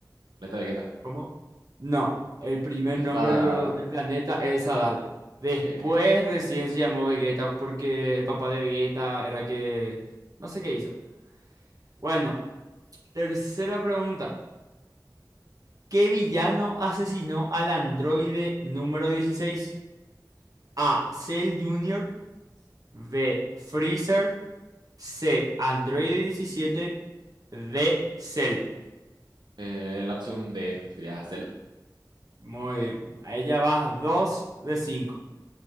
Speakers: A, on the right (about 80°); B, on the right (about 50°).
A: Planeta Vegeta.
B: ¿Cómo? No, el primer
A: Es
B: nombre
A: Sadara,
B: de lo-
A: ¿verdad?
B: del planeta es Adala. Después
A: Ok, ok.
B: recién se llamó Vegeta porque el papá de Vegeta era que... No sé qué hizo. Bueno, tercera pregunta. ¿Qué villano asesinó al androide número dieciséis? A. Cell Junior, B. Freezer. C. Androide diecisiete, D. Cell.
A: Eh, la opción D sería Cell.
B: Muy bien. Ahí ya vas 2 de 5.